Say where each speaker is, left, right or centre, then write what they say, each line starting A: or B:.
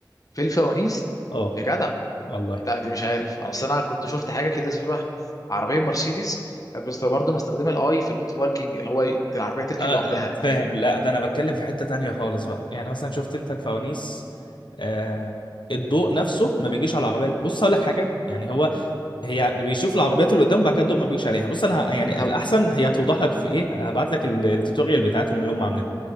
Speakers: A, on the left (about 50°); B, on the left (about 85°).
A: في الفوانيس
B: اه
A: يا جدع
B: والله
A: لا دي مش عارف أنا أصل أنا كنت شفت حاجة كده شبه عربية مرسيدس كانت بس برضه مستخدمة الأي في الأوتو باركينج اللي هو العربية تركن
B: آه،
A: لوحدها
B: آه، فاهم
A: فاهم
B: لا ده انا بتكلم في حتة تانية خالص بقى يعني مثلا شفت انت الفوانيس آه الضوء نفسه ما بيجيش على العربية بص اقول لك حاجة يعني هو هي يعني بيشوف العربيات اللي قدامه وبعد كده الضوء ما بيجيش عليها بص انا ه- يعني
A: طب
B: الاحسن هي توضح لك في ايه هبعت لك ال- التوتوريال بتاعتهم اللي هم عاملينه